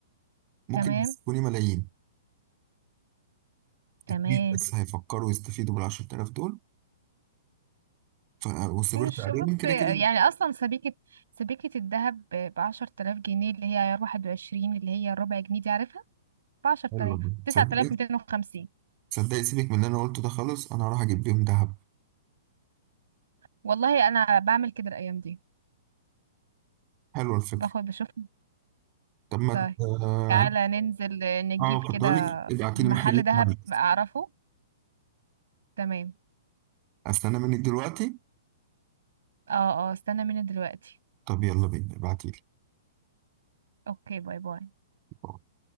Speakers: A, on the right (about 40°); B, on the right (about 70°).
A: ممكن
B: تمام
A: يكونوا ملايين
B: تمام
A: اتنين بس هيفكروا يستفيدوا بال 10000 دول ف... وصبرت
B: مش
A: عليهم
B: بص
A: كده
B: يعني
A: كده
B: اصلا سبيكة سبيكة الذهب بعشر تلاف جنيه اللي هي عيار واحد وعشرين اللي هي ربع جنيه دي عارفها بعشر تلاف
A: حلو والله.
B: تسعة
A: صدقني
B: تلاف ميتين وخمسين
A: صدقني سيبك من اللي أنا قلته ده خالص أنا هروح أجيب بيهم ذهب
B: والله انا بعمل كده الايام دي
A: حلوة الفكرة
B: باخد بشوف
A: طب ما
B: طيب
A: ت-
B: تعالى ننزل آه، نجيب
A: اه
B: كده
A: كنت اقول لك ابعتي
B: من
A: لي محل
B: محل
A: كويس
B: ذهب اعرفه تمام
A: استنى منك دلوقتي
B: اه اه استنى مني دلوقتي
A: طب يلا بينا ابعتي
B: اوكي باي باي
A: لي